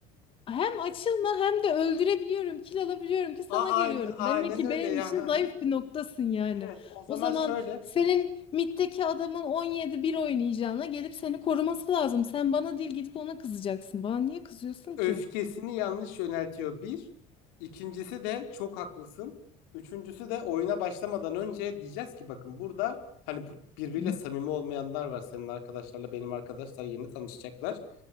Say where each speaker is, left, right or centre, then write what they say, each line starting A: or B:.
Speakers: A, on the left (about 30°); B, on the left (about 80°).
A: hem açılma hem de öldürebiliyorum, kil alabiliyorum ki sana
B: A aynen,
A: geliyorum.
B: aynen
A: Demek ki
B: öyle
A: benim
B: ya.
A: için
B: Hı hı.
A: zayıf bir noktasın yani.
B: Evet. O zaman
A: O zaman
B: şöyle.
A: senin middeki adamın 17 bir oynayacağına gelip seni koruması lazım. Sen bana değil gidip ona kızacaksın. Bana niye kızıyorsun
B: öfkesini
A: ki?
B: yanlış yöneltiyor bir. İkincisi de çok haklısın. Üçüncüsü de oyuna başlamadan önce diyeceğiz ki bakın burada hani bu- birbiriyle
A: Hı.
B: samimi olmayanlar var. Senin arkadaşlarla benim arkadaşlar yeni tanışacaklar.